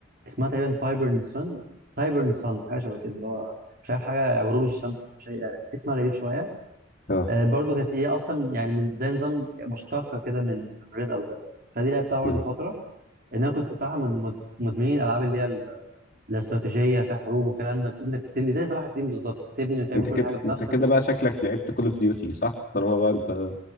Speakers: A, on the right; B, on the left.
A: اسمها تقريبا تايبرن سون تايبرن سون حاجة شبه كده اللي هو مش عارف حاجة غروب الشمس مش عارف- اسمها غريب شوية
B: اه
A: آه برضو كانت هي أصلا يعني من زي نظام مشتقة كده من ريد أليرت فدي لعبتها برضو
B: مم.
A: فترة ان انا كنت صراحه من مد- مدمنين الالعاب اللي هي ال- الاستراتيجيه فيها حروب وفيها انك انك بتبني زي صلاح الدين بالظبط تبني وتعمل
B: انت
A: كل
B: كده
A: حاجه
B: انت
A: بنفسك
B: كده
A: وت...
B: بقى شكلك لعبت كول اوف ديوتي صح طالما بقى انت